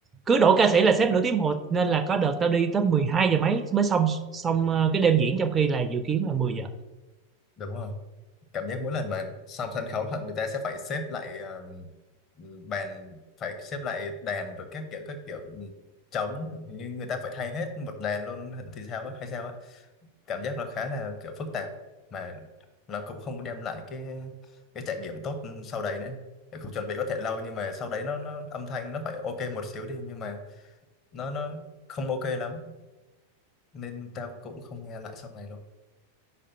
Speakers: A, on the right (about 15°); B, on the left (about 30°).
A: cứ đổ ca sĩ là xếp nửa tiếng đồng hồ nên là có đợt tao đi tới 12 giờ mấy mới xong xong ờ, cái đêm diễn trong khi là dự kiến là mười giờ
B: đúng rồi cảm giác mỗi lần mà xong sân khấu thật người ta sẽ phải xếp lại ờ, bàn phải xếp lại đàn rồi các kiểu các kiểu ừ, trống như người ta phải thay hết một đàn luôn thì sao á hay sao á? cảm giác nó khá là kiểu phức tạp mà nó cũng không đem lại cái cái trải nghiệm tốt sau đấy nữa Để không chuẩn bị có thể lâu nhưng mà sau đấy nó nó âm thanh nó phải ok một xíu đi nhưng mà nó nó không ok lắm nên tao cũng không nghe lại sau này luôn